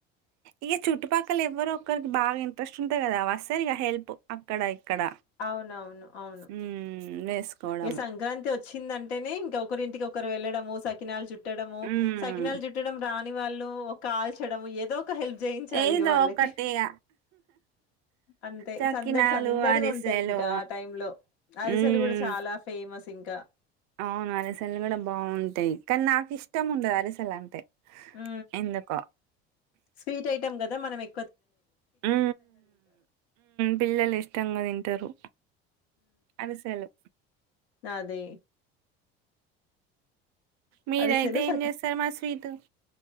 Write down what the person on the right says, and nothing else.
ఇక చుట్టుపక్కల ఎవరు ఒకక్కరికి బాగా ఇంట్రెస్ట్ ఉంటయి కదా వస్తరి ఇక హెల్ప్ అక్కడ ఇక్కడ
హ్మ్ వేసుకోవడము
హ్మ్
ఏదో
ఒకటి ఇగ
చకినాలు
అరిసెలు
హ్మ్
అవును అలసెల్లు కూడా బాగుంటాయి కానీ నాకు ఇష్టం ఉండదు అలసెల్ అంటే
ఎందుకో
ఉ పిల్లలు ఇష్టంగా తింటారు అది సలు
మీరైతే
ఏం చేస్తారు మా స్వీట్